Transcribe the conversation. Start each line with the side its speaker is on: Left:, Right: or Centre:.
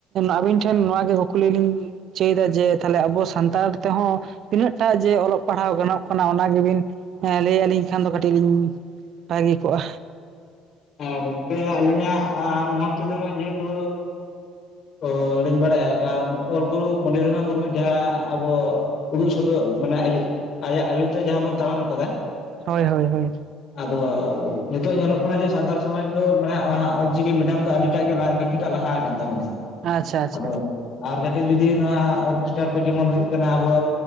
Right: ᱟᱹᱵᱤᱱ ᱴᱷᱮᱱ ᱱᱚᱣᱟ ᱜᱮ ᱠᱩᱠᱞᱤ ᱞᱤᱧ ᱪᱟᱹᱭ ᱫᱟ ᱡᱮ ᱛᱟᱦᱚᱞᱮ ᱟᱵᱚ ᱥᱟᱱᱛᱟᱲ ᱛᱮᱦᱚᱸ ᱛᱤᱱᱟᱹᱜᱴᱟᱜ ᱡᱮ ᱚᱞᱚᱜ ᱯᱟᱲᱦᱟᱣ ᱜᱟᱱᱚᱜ ᱠᱟᱱᱟ ᱚᱱᱟ ᱜᱮᱵᱤᱱ ᱞᱟᱹᱭ ᱟᱹᱞᱤᱧ ᱠᱷᱟᱱ ᱫᱚ ᱠᱟᱹᱴᱤᱡ ᱞᱤᱧ ᱵᱷᱟᱹᱜᱤ ᱠᱚᱜᱼᱟ
Left: ᱜᱚᱝᱠᱮ ᱟᱹᱞᱤᱧᱟᱜ ᱢᱚᱛ ᱛᱮᱫᱚᱱᱟᱜ ᱡᱮᱦᱮᱛᱩ ᱚ ᱞᱤᱧ ᱵᱟᱲᱟᱭᱟ ᱠᱟᱨᱚᱱ ᱚᱞ ᱜᱩᱨᱩ ᱯᱚᱱᱰᱤᱛ ᱨᱚᱜᱷᱩᱱᱟᱛᱷ ᱢᱩᱨᱢᱩ ᱡᱟᱦᱟᱸ ᱟᱵᱚ ᱩᱫᱩᱜ ᱥᱚᱫᱚᱨ ᱢᱟᱱᱮ ᱟᱭᱮ ᱟᱭᱟᱜ ᱟᱹᱭᱩᱨ ᱛᱮ ᱡᱟᱦᱟᱸ ᱵᱚᱱ ᱛᱟᱲᱟᱢ ᱠᱟᱫᱟ
Right: ᱦᱳᱭ ᱦᱳᱭ ᱦᱳᱭ
Left: ᱟᱫᱚ ᱱᱤᱛᱚᱜ ᱧᱮᱞᱚᱜ ᱠᱟᱱᱟ ᱡᱮ ᱥᱟᱱ ᱥᱟᱱᱛᱟᱲ ᱥᱚᱢᱟᱡᱽ ᱫᱚ ᱢᱮᱱᱟᱜᱼᱟ ᱚᱞᱪᱤᱠᱤ ᱢᱮᱰᱟᱢ ᱫᱚ ᱟᱹᱰᱤᱴᱟᱜ ᱜᱮ ᱠᱤᱪᱷᱩᱴᱟᱜ ᱞᱟᱦᱟ ᱠᱟᱱ ᱛᱟᱵᱚᱱᱟ
Right: ᱟᱪᱪᱷᱟ ᱟᱪᱪᱷᱟ
Left: ᱟᱫᱚ ᱟᱨ ᱠᱟᱹᱴᱤᱡ ᱡᱩᱫᱤ ᱱᱚᱣᱟ ᱚᱨᱜᱮᱥᱴᱟᱨ ᱠᱚ ᱡᱮᱢᱚᱱ ᱦᱩᱭᱩᱜ ᱠᱟᱱᱟ ᱟᱵᱚ